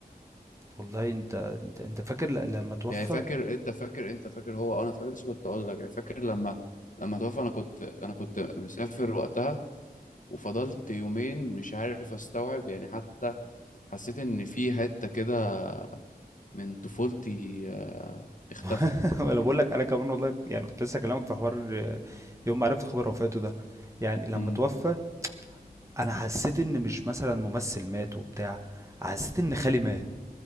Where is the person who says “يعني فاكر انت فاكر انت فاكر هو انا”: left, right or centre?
Left